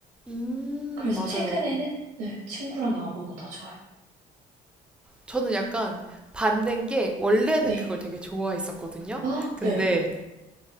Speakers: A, in the centre; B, on the right.
A: 음,
B: 그래서
A: 맞아요.
B: 최근에는, 네, 친구랑 영화 보는 거 더 좋아해요.
A: 저는 약간 반대인 게 원래는
B: 네.
A: 그걸 되게 좋아했었거든요.
B: 아,
A: 근데
B: 네.